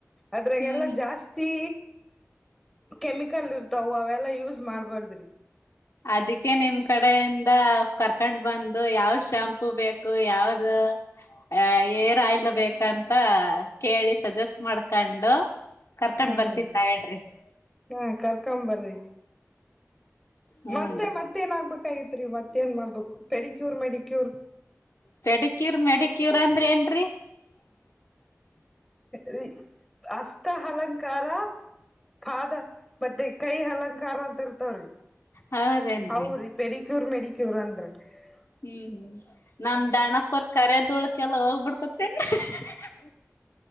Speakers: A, in the centre; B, on the left (about 60°).
A: ಅದ್ರಾಗೆಲ್ಲಾ
B: ಹ್ಮ್
A: ಜಾಸ್ತಿ ಕೆಮಿಕಲ್ ಇರ್ತಾವ ಅವೆಲ್ಲಾ ಯೂಸ್ ಮಾಡ್ಬಾರ್ದಿ.
B: ಅದಕ್ಕೆ ನಿಮ್ ಕಡೆಯಿಂದ ಕರ್ಕೊಂಡ್ ಬಂದು ಯಾವ ಶ್ಯಾಂಪೂ ಬೇಕು ಯಾವ್ದು? ಏ ಹೇರ್ ಆಯಿಲ್ ಬೇಕ ಅಂತ ಕೇಳಿ ಸಜೆಸ್ಟ್ ಮಾಡ್ಕೊಂಡು. <unintelligible> ಕರ್ಕೊಂಡ್
A: ಹಾ
B: ಬರ್ತಿದ್ನಾ
A: ರೀ
B: ಹೇಳ್ರಿ. <unintelligible>
A: ಹಾ ಕರ್ಕೊಂಬರ್ರಿ
B: ಹೂನ್ರಿ
A: ಮತ್ತೆ ಮತ್ತೆ ಏನಗ್ಬೇಕಾಗಿತ್ತ. <unintelligible> ರಿ ಮತ್ತ ಏನ್ ಮಾಡ್ಬೇಕು ಪೆಡಿಕ್ಯೂರ್ ಮೆಡಿಕ್ಯೂರ್. <unintelligible>
B: ಪೆಡಿಕ್ಯೂರ್ ಮೆಡಿಕ್ಯೂರ್ ಅಂದ್ರ ಏನ್ರೀ. <unintelligible> <unintelligible>
A: ರಿ ಹಸ್ತ ಹಲಂಕಾರ. <unintelligible> ಪಾದ ಮತ್ತೆ ಕೈ ಹಲಂಕಾರ ಅಂತ ಇರ್ತವ್ರಿ.
B: ಹೌದೇನ್ರಿ
A: <unintelligible> ಅವರಿ ಪೆಡಿಕ್ಯೂರ್ ಮೆಡಿಕ್ಯೂರ್ ಅಂದ್ರ. <unintelligible>
B: ಹೂ ನನ್ನ ದಣಪರ್ ಕರದೋಳಕ್ಕೆಲ್ಲ ಹೋಗ್ಬಿಡ್ತಟ್ಟೇನೆ ಏನ್ರಿ. <unintelligible>